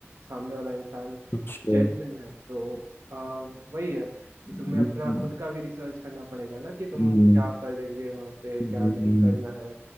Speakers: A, on the right; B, on the left.
A: सामने वाला इंसान
B: अच्छा
A: जेन्युइन है तो अ, वही है कि
B: हम्म,
A: तुम्हें अपना खुद का भी रिसर्च करना पड़ेगा ना कि तुम
B: हम्म,
A: क्या करेंगे वहाँ पे
B: हम्म,
A: क्या नहीं करना है